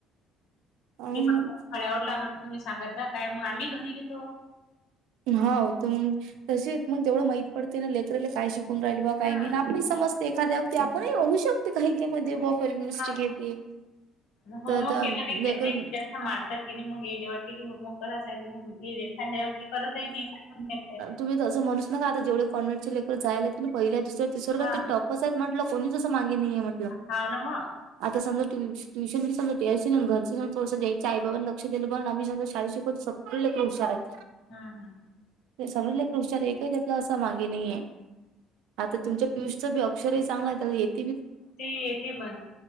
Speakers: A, on the right; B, on the left.
A: अं
B: की फळ्यावर लावलं का तुम्ही सांगता, काय मग आम्ही घरी घेतो.
A: हाव मग तसे मग तेवढं माहित पडते ना लेकराला काय शिकून राहिल बा काही
B: हा
A: नाही आपण समज. एखाद्या वरती आपणही होऊ शक काही गेममध्ये <unintelligible> यूज
B: हा
A: घेते.
B: होमवर्क
A: तर आता
B: केला नाही
A: लेकरं
B: नाही जास्त मारतात की नाय मग ईलेओटी ह मुल मग करावंच लागेल ना. <unintelligible> करतही नाही <inaudible>
A: तुम्ही तर असं म्हणुच नका. आता जेवढे कॉन्हेटची लेकरं जायालेत की नाहीत पहिल्या, दुसऱ्या, तिसरं काय
B: हा
A: का ते टॉपच आहेत. म्हटलं कोणीच असं मागे नाहीये मग.
B: हाव ना मग.
A: आता समजा ट्युश ट्यूशनची समजा <unintelligible> ना घरचीनं थोडंस द्यायची. आई बाबांनी लक्ष दिलं बघ ना आम्ही सुद्धा शाळेत शिकवू शकतो. <unintelligible> आहेत.
B: हा हा.
A: ते सगळी लेकरं हुशार आहे, एकही त्यातलं असं मागे नाहीये. आता तुमच्या पियुष चंबी अक्षरही सांगाय तर येत
B: ते येते मग.